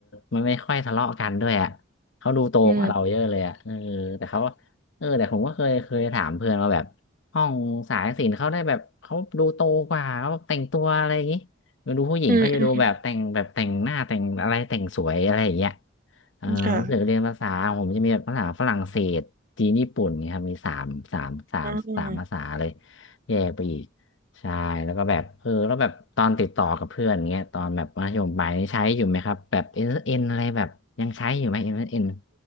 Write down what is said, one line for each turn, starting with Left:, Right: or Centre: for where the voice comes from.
Left: มันไม่ค่อยทะเลาะกันด้วยอ่ะเขาดูโตกว่าเราเยอะเลยอ่ะเออแต่เขา
Right: อืม
Left: เออแต่ผมก็เคยเคยถามเพื่อนว่าแบบ ห้องสายศิลป์เขาได้แบบเขาดูโตกว่าเขาแต่งตัวอะไรอย่างนี้มาดูผู้หญิงเขาจะดูแบบแต่งแบบแต่งหน้าแต่งอะไรแต่งสวยอะไรอย่างเงี้ย
Right: อืมอืม
Left: เออรู้สึกเรียนภาษาผมจะมีแบบภาษาฝรั่งเศสจีนญี่ปุ่นเนี่ยครับมีสามสามสามสามภาษาเลย
Right: ค่ะอ่า
Left: แยกไปอีกใช่แล้วก็แบบเออแล้วแบบตอนติดต่อกับเพื่อนเงี้ยตอนแบบมัธยมปลายนี่ใช้อยู่ไหมครับแบบเอ็นเอ็นอะไรแบบยังใช้อยู่ไหมเอ็นเอ็น